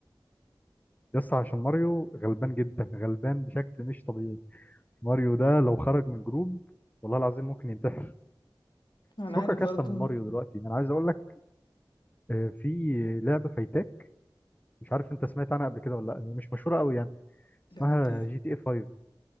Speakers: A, on the left (about 20°); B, on the left (about 55°).
A: يس عشان ماريو غلبان جدا غلبان بشكل مش طبيعي ماريو ده لو خرج من جروب والله العظيم ممكن ينتحر
B: انا
A: بس فكك
B: عارف
A: يا
B: برضو
A: اسطى من ماريو دلوقتي انا عايز اقول لك آه، في لعبة فايتاك مش عارف انت سمعت عنها قبل كده ولا لا هي مش مشهورة قوي يعني
B: لعبة
A: اسمها
B: ايه
A: جي تي اي 5